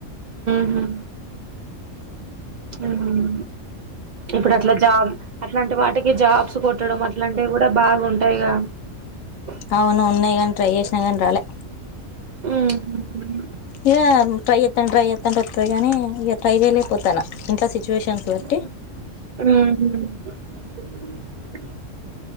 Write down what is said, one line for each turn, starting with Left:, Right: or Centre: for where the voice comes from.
Right: ఉమ్ ఉమ్ ఇప్పుడు అట్లా జాబ్ అట్లాంటి వాటికి జాబ్స్ కొట్టడం అట్లాంటివి కూడా బాగుంటాయిగా <unintelligible>
Left: అవును ఉన్నాయి గానీ ట్రై చేసినా కాని రాలే
Right: ఉమ్
Left: ఇక ట్రై చెత్తంటే ట్రై చెత్తంటే వస్తుంది గానీ ఇక ట్రై చేయలేకపోతాన ఇంట్లో సిచ్యువేషన్స్ బట్టి
Right: ఉహు